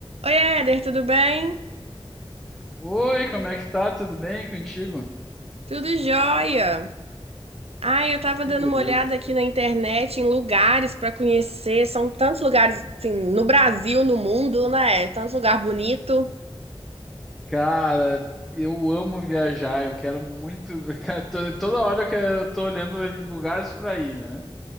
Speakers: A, on the right; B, in the centre.
A: Oi, Éder, tudo bem?
B: Oi, como é que tá? Tudo bem contigo?
A: Tudo jóia. Ai, eu tava
B: Que
A: dando
B: beleza.
A: uma olhada aqui na internet em lugares pra conhecer. São tantos lugares, assim, no Brasil, no mundo, né? Tantos lugar bonito.
B: Cara, eu amo viajar, eu quero muito. <laughs> Cara, to- toda hora eu quero, eu tô olhando em lugares pra ir, né?